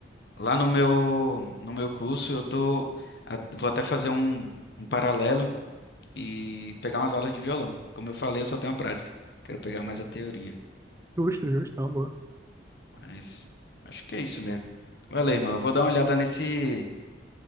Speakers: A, on the left (about 60°); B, on the right (about 15°).
A: lá no meu, no meu curso, eu tô, a- vou até fazer um, um paralelo. e pegar umas aulas de violão. Como eu falei, eu só tenho a prática. Quero pegar mais a teoria.
B: Justo, justo, tá bom.
A: Mas acho que é isso mesmo. Valeu, irmão. Eu vou dar uma olhada nesse,